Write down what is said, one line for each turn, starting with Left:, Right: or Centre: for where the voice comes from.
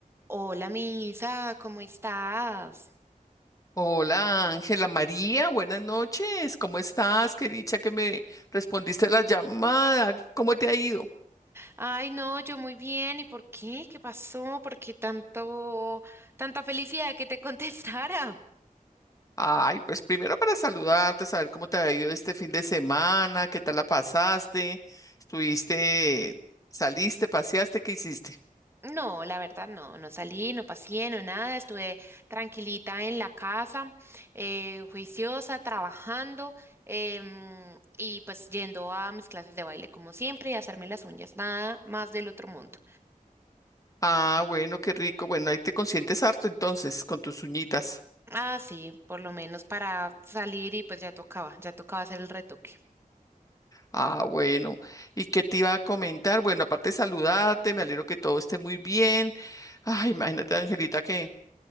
Right: Hola, Misa, ¿cómo estás?
Left: Hola Ángela María, buenas noches. ¿Cómo estás? Qué dicha que me respondiste la llamada. ¿Cómo te ha ido?
Right: Ay, no, yo muy bien. ¿Y por qué? ¿Qué pasó? ¿Por qué tanto, tanta felicidad que te <laughs> contestara?
Left: Ay, pues primero para saludarte, saber cómo te ha ido este fin de semana, qué tal la pasaste, estuviste, saliste, paseaste, ¿qué hiciste?
Right: No, la verdad no, no salí, no pasé, no nada, estuve tranquilita en la casa, eh, juiciosa, trabajando em, y pues yendo a mis clases de baile como siempre y hacerme las uñas, nada más del otro mundo.
Left: Ah, bueno, qué rico. Bueno, ahí te consientes harto entonces con tus uñitas.
Right: Ah, sí, por lo menos para salir y pues ya tocaba, ya tocaba hacer el retoque.
Left: Ah, bueno. ¿Y qué te iba a comentar? Bueno, aparte de saludarte, me alegro que todo esté muy bien. Ay, imagínate, Angelita, que